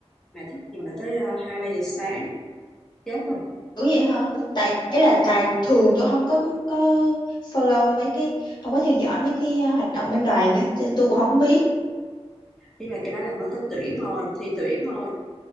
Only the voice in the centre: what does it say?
mà thức gì mà tới ờ, hai ba giờ sáng chết rồi
mốt
mốt
mình
vô
mình
nghĩ là cái đó là mới có tuyển thôi thi tuyển thôi